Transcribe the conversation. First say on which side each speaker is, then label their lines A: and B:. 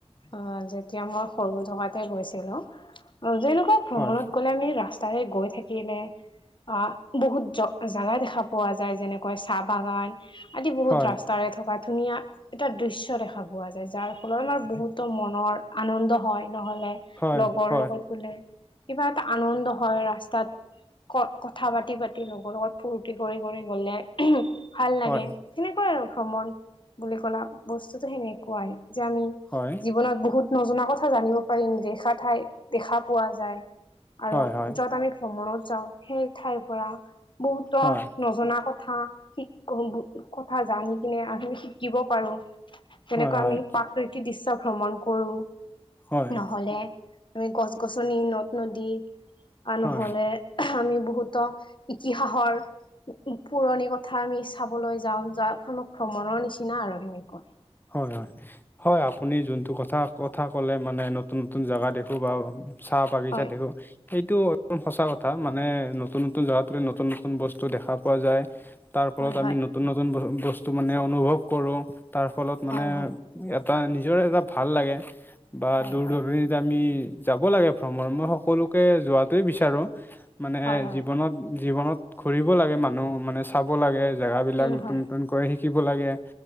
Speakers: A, on the left (about 50°); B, on the left (about 20°).
A: অ যেতিয়া মই সৰু থকাতে গৈছিলোঁ। অ যেনেকুৱা ভ্ৰমণত
B: হয়
A: গলে আমি ৰাস্তাৰে গৈ থাকিলে আ বহুত জ জাগা দেখা পোৱা যায় যেনেকৈ চাহ বাগান আদি বহুত
B: হয়
A: ৰাস্তাৰে থকা ধুনীয়া এটা দৃশ্য দেখা পোৱা যায় যাৰ ফলত আমাৰ বহুতো মনৰ আনন্দ হয় নহ'লে
B: হয়
A: লগৰ
B: হয়
A: লগত গলে, কিবা এটা আনন্দ হয় ৰাস্তাত। ক কথা পাতি পাতি লগৰ লগত ফুৰ্তি কৰি কৰি গলে উহু ভাল
B: হয়
A: লাগে। সেনেকুৱাই আৰু ভ্ৰমণ বুলি কলা বস্তুটো সেনেকুৱাই যে আমি
B: হয়
A: জীৱনত বহুত নজনা কথা জানিব পাৰিম ৰেখা ঠাই দেখা পোৱা যায় আৰু
B: হয় হয়
A: যত আমি ভ্ৰমণত যাওঁ সেই ঠাইৰ পৰা। বহুতৰ
B: হয়
A: নজনা কথা শিক কৰো ক কথা জানি কিনে আ আমি শিকিব পাৰো তেনেকুৱা
B: হয়
A: আমি প্ৰাকৃতিক দৃশ্য ভ্ৰমণ কৰো।
B: হয়
A: নহলে আমি গছ - গছনি, নদ - নদী আৰু
B: হয়
A: নহলে আঁহ আমি বহুতো ইতিহাসৰ পু -পুৰণি কথা আমি ইচ চাবলৈ যাওঁ, যোৱাখনক ভ্ৰমণৰ নিচিনা আৰু সেনেকৈ।
B: হয় হয়, হয় আপুনি যোনটো কথা - কথা ক'লে মানে নতুন নতুন জাগা দেখো বা চাহ বাগিছা
A: হয়
B: দেখো এইটো একদম সঁচা কথা মানে নতুন নতুন জাগাটো নতুন নতুন বস্তু দেখা পোৱা যায়। তাৰ ফলত
A: হয় হয়
B: আমি নতুন নতুন ব বস্তু মানে অনুভৱ কৰো তাৰ ফলত মানে
A: হয়
B: এটা নিজৰে এটা ভাল লাগে বা
A: হয়
B: দূৰ
A: হয় হয়
B: দূৰণিতে আমি যাব লাগে ভ্ৰমণ মই সকলোকে যোৱাটোৱেই বিচাৰোঁ মানে
A: হয় হয়
B: জীৱনত - জীৱনত ঘুৰিব লাগে মানুহ মানে চাব লাগে জেগাবিলাক
A: উম
B: নতুন
A: হয়
B: নতুনকৈ শিকিব লাগে, ন